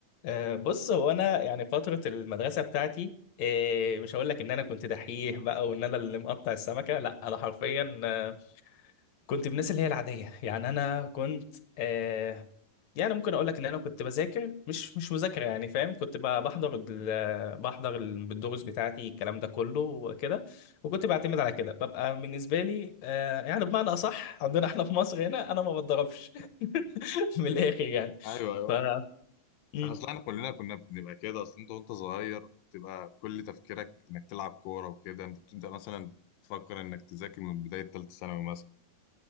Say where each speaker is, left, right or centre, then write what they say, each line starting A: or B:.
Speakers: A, on the left; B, on the left.
A: آه، بص هو انا يعني فتره المدرسه بتاعتي آه، مش هقول لك ان انا كنت دحيح بقى وان انا اللي مقطع السمكه لا انا حرفيا آه، كنت من الناس اللي هي العاديه يعني انا كنت آه، يعني ممكن اقول لك ان انا كنت بذاكر مش مش مذاكره يعني فاهم كنت ب- بحضر ال- بحضر الدروس بتاعتي الكلام ده كله وكده وكنت بعتمد على كده ببقى بالنسبه لي آه، يعني بمعنى اصح عندنا احنا في مصر هنا انا ما بتضربش <laughs> من الاخر يعني
B: ايوه ايوه
A: ف م-
B: اصل احنا كلنا كنا بنبقى كده اصل انت وانت صغير بتبقى كل تفكيرك انك تلعب كوره وكده انت بتبدا مثلا تفكر انك تذاكر من بدايه ثالثه ثانوي مثلا